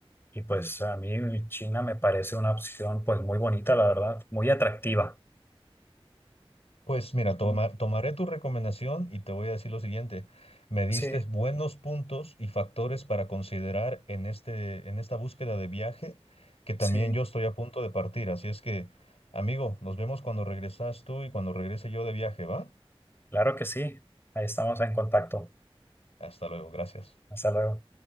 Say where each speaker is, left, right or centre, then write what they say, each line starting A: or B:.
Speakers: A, on the left (about 25°); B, on the left (about 85°).
A: Y pues a mí China me parece una opción pues muy bonita, la verdad, muy atractiva.
B: Pues mira, toma-
A: Mm,
B: tomaré tu recomendación y te voy a decir lo siguiente. Me diste
A: Sí,
B: buenos puntos y factores para considerar en este, en esta búsqueda de viaje, que también
A: sí.
B: yo estoy a punto de partir. Así es que, amigo, nos vemos cuando regresas tú y cuando regrese yo de viaje, ¿va?
A: Claro que sí. Ahí estamos en contacto.
B: Hasta luego, gracias.
A: Hasta luego.